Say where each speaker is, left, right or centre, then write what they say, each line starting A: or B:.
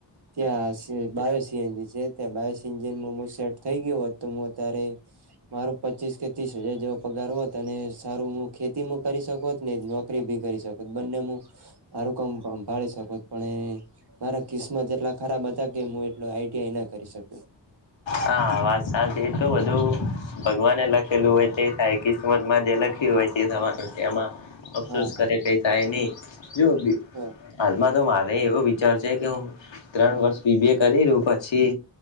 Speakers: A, on the right; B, on the left.
A: ત્યાં બાયો સએનજી છે ત્યા બાયો પમો સેટ થઈ ગયો હતોું અત્યારે મારું પચીસ કે ત્રીસ હજાર જેવો પગાર હતો તને સારું હું ખેતી મુ કરી શકું છ ને નોકરી બી કરી શકો બંને હું આારું કામભાળી શક પણ એ મારા કિસ્મત એટલા ખરાબ હતા કે હું એટલું આઈડિયાઈ ના કરી શક્યો
B: હા વાત સાચ એ તો બધું ભગવાને લખેલું હોય તે થાય કિસ્મત માં જે લખ્યું હોય તે થવાનું છે એમાં અફસોસ
A: હા
B: કરે
A: હા
B: પ થાય નની જો ઉદીહાલમાં
A: હા
B: તો વાત અરે એવો વિચાર છે કે હું ત્રણ
A: હા
B: વર્ષ બીબીએ કરીું રવ પછી